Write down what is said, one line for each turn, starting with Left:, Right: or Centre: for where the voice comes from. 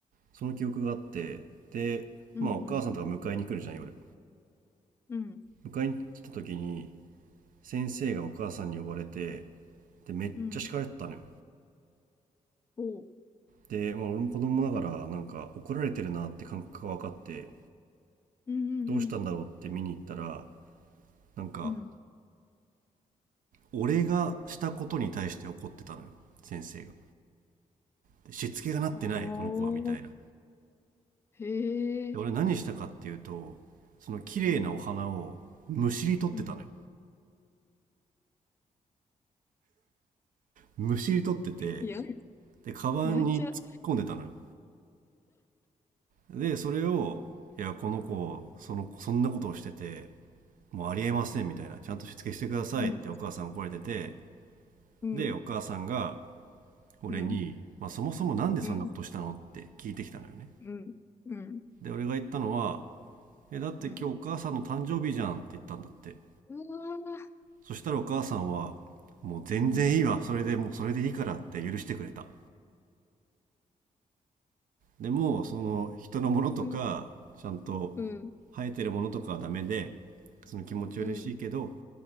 Right: その記憶があって、で、
Left: うん。
Right: まあお母さんとか迎えに来るじゃん、夜。
Left: うん
Right: 迎えに来た時に、先生がお母さんに呼ばれて、で、めっちゃ叱られてたのよ。
Left: うん。おう。
Right: で、まあ、俺も子供ながら、なんか怒られてるなって感覚が分かって、
Left: うんうん
Right: どうしたんだろうって見に行ったら、なんか、
Left: うん。うん。
Right: 俺がしたことに対して怒ってたのよ、先生が。でしつけがなってない、
Left: おー。
Right: この子は、みたいな。
Left: へえ。
Right: で俺何したかっていうとその綺麗なお花をむしり取ってたのよ
Left: うん。うん。
Right: むしり取ってて
Left: や、
Right: でカバンに突っ込んでたのよ
Left: やんちゃ。
Right: でそれをいやこの子そのそんなことをしててもうありえませんみたいなちゃんとしつけしてくださいってお母さん怒られてて
Left: うん。うん。
Right: でお母さんが俺に、
Left: うん。
Right: まあ、そもそもなんでそんなことしたのって聞いてきたのよね
Left: うん。うん。うん。
Right: で俺が言ったのは「えだって今日お母さんの誕生日じゃん」って言ったんだって
Left: うん。うわー。
Right: そしたらお母さんは、もう全然いいわ。
Left: うん。
Right: それでもうそれでいいからって許してくれた。でも、その人のものとか、
Left: うん。
Right: ちゃんと
Left: うん、
Right: 生えてるものとかはダメで、その気持ち嬉しいけど、
Left: うん、